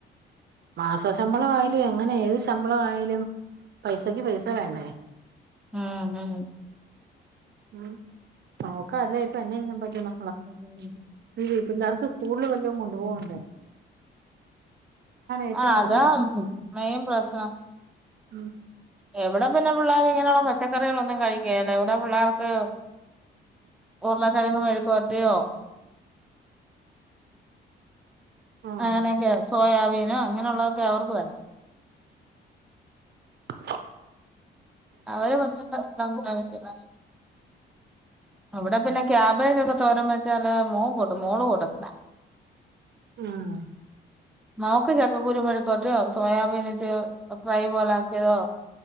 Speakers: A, on the right (about 60°); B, in the centre.
A: മാസ ശമ്പളം ആയാലും എങ്ങനെ ഏത് ശമ്പള ആയാലും പൈസക്ക് പൈസ വേണ്ടേ
B: ആം ആ
A: ഉം നോക്ക അല്ല ഇപ്പ എന്നെ ഞാൻ പറ്റൂന്ന്ക്കളാ
B: ഉം
A: ഇ പിള്ളേർക്ക് സ്കൂളിൽ വല്ലോ കൊണ്ടു പോകണ്ടേ ഏറ്റവും
B: ആ അതാ
A: പ്രശ്നം
B: മൈൻ പ്രശ്നം
A: ഉം
B: എവിടെ പിന്നെ പിള്ളേർ ഇങ്ങനെയുള്ള പച്ചക്കറികളൊന്നും കഴിക്കില്ല എവിടെ പിള്ളേർക്ക് ഉരുള കിഴങ്ങ് മെഴുക്ക്പർട്ടിയോ
A: ആഹ്
B: അങ്ങനെയൊക്കെ സോയാബീനോ അങ്ങനെയുള്ളതൊക്കെ അവർക്ക് വേണം
A: ആ
B: അവരെ പച്ചക്കറി <unintelligible> അവിടെ പിന്നെ ക്യാബേജ് ഒക്കെ തോരൻ വെച്ചാല് മോൻ കൂട്ടും മോള് കൂട്ടത്തില്ല
A: ഉം
B: നമുക്ക് ചക്കക്കുരു മെഴുക് വരട്ടിയോ സോയാബീൻ വച്ച് ഫ്രൈ പോല ആക്കിയതോ